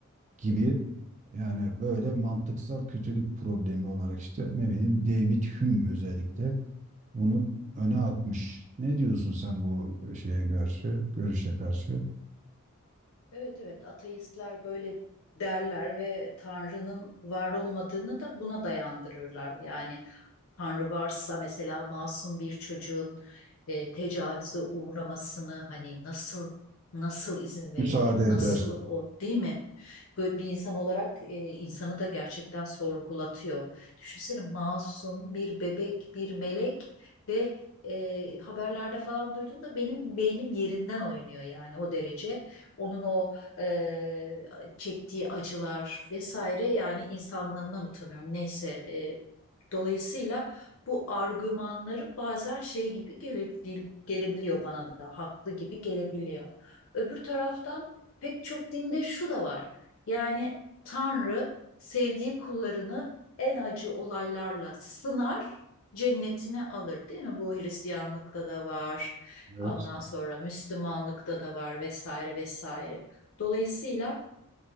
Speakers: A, on the right; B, on the left.
A: gibi
B: Hmm,
A: yani böyle mantıksal kötülük problemi olarak işte ne bileyim David Hume özellikle bunu
B: hı
A: öne
B: hı.
A: atmış. Ne diyorsun sen bu şeye karşı, görüşe karşı?
B: Evet evet ateistler böyle derler ve Tanrı'nın var olmadığını da buna dayandırırlar. Yani Tanrı varsa mesela masum bir çocuğun e, tecavüze uğramasını hani nasıl nasıl izin verebilir?
A: Müsaade
B: Nasıl
A: eder.
B: o değil mi? Böyle bir insan olarak e, insanı da gerçekten sorgulatıyor. Düşünsene masum bir bebek, bir melek ve e, haberlerde falan duyduğumda benim beynim yerinden oynuyor yani o derece onun o e, çektiği acılar vesaire yani insanlığımdan utanıyorum. Neyse e, dolayısıyla bu argümanları bazen şey gibi gele, gel- gelebiliyor bana da haklı gibi gelebiliyor. Öbür taraftan pek çok dinde şu da var. Yani Tanrı sevdiği kullarını en acı olaylarla sınar, cennetine alır değil mi? Bu Hristiyanlıkta da var,
A: Evet.
B: Ondan sonra Müslümanlıkta da var vesaire vesaire. Dolayısıyla